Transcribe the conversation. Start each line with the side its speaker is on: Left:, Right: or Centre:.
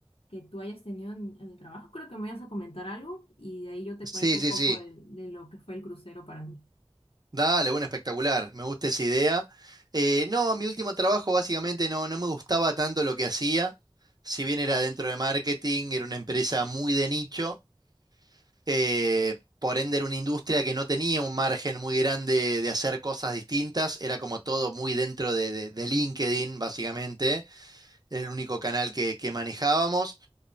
Left: que tú hayas tenido en, en el trabajo. Creo que me vas a comentar algo y de ahí yo te
Right: Sí,
Left: cuento un
Right: sí,
Left: poco
Right: sí.
Left: el- de lo que fue el crucero para mí.
Right: Dale, bueno, espectacular. Me gusta esa idea. Eh, no, mi último trabajo básicamente no, no me gustaba tanto lo que hacía. Si bien era dentro de marketing, era una empresa muy de nicho. eh, por ende, era una industria que no tenía un margen muy grande de hacer cosas distintas. Era como todo muy dentro de, de- de LinkedIn, básicamente. Era el único canal que, que manejábamos.